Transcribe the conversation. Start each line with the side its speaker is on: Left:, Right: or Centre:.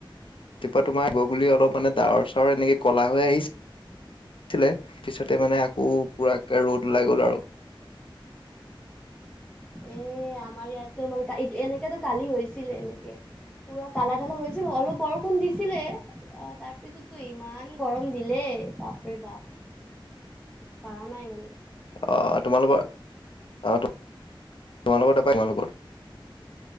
Left: ৰাতিপুৱা তোমাৰ আহিব বুলি অলপ মানে ডাৱৰ চাৱৰ এনেকে কলা হৈ আহি ছিলে পিছতে মানে আকৌ পুৰাকে ৰ'দ ওলাই গ'ল আৰু।
Centre: এ আমাৰ ইয়াতো মানে এ এনেকাতো কালি হৈছিলে এনেকে পুৰা কালা ধালা হৈছিল বাৰু অলপ বৰষুণ দিছিলে অ' তাৰ পিছত তো ইমান গৰম দিলে বাপৰে-বাপ পাৰা নাই মানে।
Left: অ তোমালোকৰ অ তোমালোকৰ তাপা তোমালোকৰ